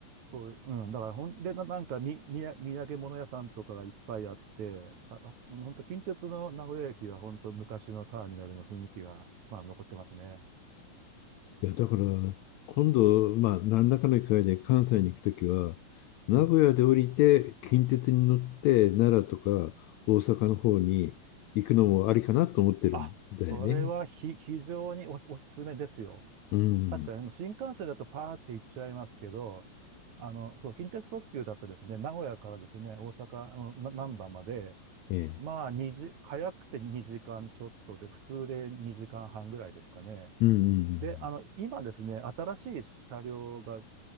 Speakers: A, on the right; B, on the left.
A: そうう、ん、だからほんで、な、なんかみ、みや、土産物屋さんとかがいっぱいあって、あ、あ、本当近鉄の名古屋駅は本当昔のターミナルの雰囲気が、まあ、残ってますね。
B: いや、だから、今度、まあ、何らかの機会で関西に行くときは、名古屋で降りて、
A: うん。
B: 近鉄に乗って、奈良とか大阪の方に行くのもありかなと思ってるんだよね。
A: あ、それはひ、非常におす、おすすめですよ。
B: うん。
A: 確かに、新幹線だとパーって行っちゃいますけど、あの、そう、近鉄特急だとですね、名古屋からですね、大阪のな、難波まで、
B: ええ。
A: まあ、2時、早くて2時間ちょっとで、普通で2時間半ぐらいですかね。
B: うんうんうん。
A: で、あの、今ですね、新しい車両が、